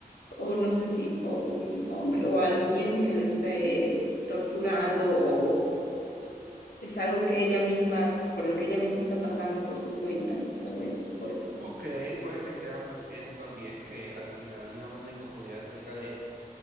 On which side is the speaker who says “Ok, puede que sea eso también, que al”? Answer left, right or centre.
Right